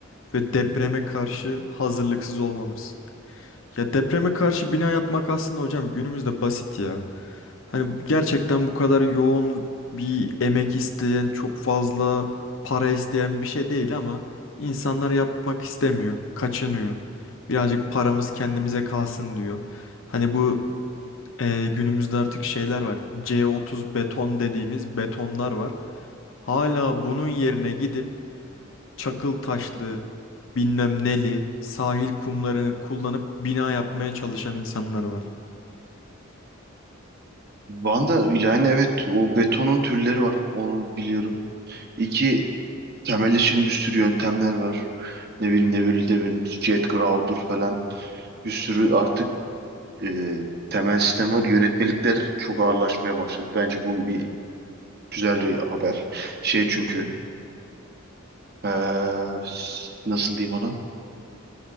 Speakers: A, on the left (about 70°); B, on the right (about 50°).
A: ve depreme karşı hazırlıksız olmamız. Ya depreme karşı bina yapmak aslında hocam günümüzde basit ya. Hani gerçekten bu kadar yoğun bir emek isteyen, çok fazla para isteyen bir şey değil ama insanlar yapmak istemiyor, kaçınıyor. Birazcık paramız kendimize kalsın diyor. Hani bu ee, günümüzde artık şeyler var. C30 beton dediğimiz betonlar var. Hala bunun yerine gidip çakıl taşlı, bilmem neli, sahil kumlarını kullanıp bina yapmaya çalışan insanlar var.
B: Van'da yani evet o betonun türleri var. Onu biliyorum. İki temel için bir sürü yöntemler var. Ne bileyim Neville Demir'in jet ground'dur falan. Bir sürü artık e, temel sistem var. Yönetmelikler çok ağırlaşmaya başladı. Bence bu bir güzel bir haber. Şey çünkü Ee, nasıl diyeyim ona?